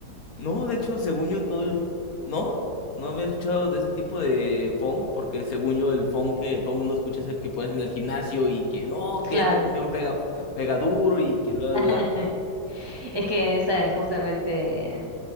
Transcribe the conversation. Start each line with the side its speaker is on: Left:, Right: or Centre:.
Left: No, de hecho, según yo, todo el... No, no había escuchado de ese tipo de funk, porque según yo, el funk que todo el mundo escucha es el que pones en el gimnasio y que no, que
Right: Claro.
Left: esta canción pega, pega duro y que bla,
Right: <laughs>
Left: bla, bla.
Right: Es que esa es justamente